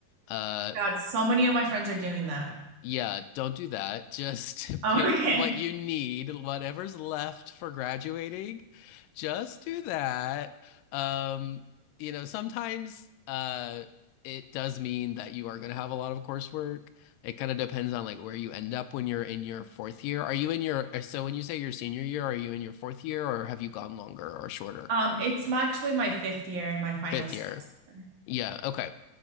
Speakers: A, on the left; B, on the right.
A: Uh,
B: God, so many of my friends are doing that. <laughs>
A: yeah, don't do that. Just
B: Oh,
A: <laughs> pick
B: okay.
A: what you need, whatever's left for graduating. Just do that. Um, you know, sometimes uh it does mean that you are going to have a lot of coursework. It kind of depends on like where you end up when you're in your fourth year. Are you in your uh, so when you say your senior year, are you in your fourth year or have you gone longer or shorter?
B: Um, it's my, actually my fifth year and my final
A: Fifth
B: semester.
A: year. Yeah, okay.